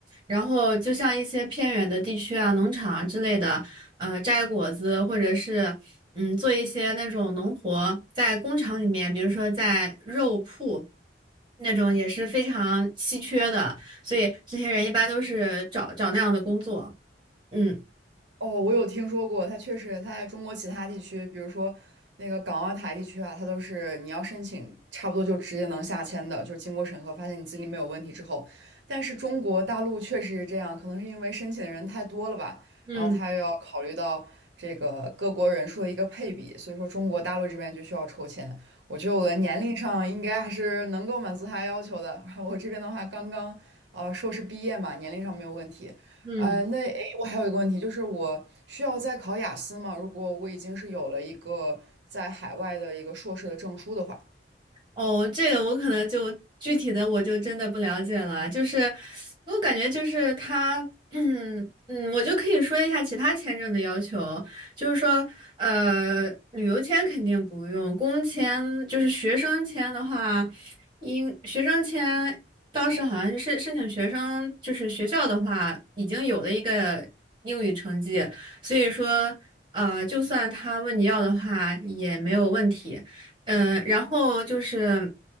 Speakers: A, on the right; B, on the right.
A: 然后就像一些偏远的地区啊、农场啊之类的，呃，摘果子或者是。嗯，做一些那种农活，在工厂里面，比如说在肉铺那种也是非常稀缺的，所以这些人一般都是找找那样的工作。嗯
B: 哦，我有听说过，它确实，它在中国其他地区，比如说那个港澳台地区啊，它都是你要申请，差不多就直接能下签的，就是经过审核发现你资历没有问题之后。但是中国大陆确实是这样，可能是因为申请的人太多了吧，
A: 嗯
B: 然后他又要考虑到这个各国人数的一个配比，所以说中国大陆这边就需要抽签。我觉得我的年龄上应该还是能够满足他要求的，然后我这边的话刚刚呃硕士毕业嘛，年龄上没有问题。
A: 嗯。
B: 呃，那诶，我还有一个问题，就是我需要再考雅思吗？如果我已经是有了一个在海外的一个硕士的证书的话，
A: 哦，这个我可能就具体的我就真的不了解了，就是我感觉就是他，嗯嗯，我就可以说一下其他签证的要求，就是说，呃，旅游签肯定不用，工签就是学生签的话，应学生签当时好像是申申请学生，就是学校的话已经有了一个英语成绩，所以说，呃，就算他问你要的话也没有问题。嗯，然后就是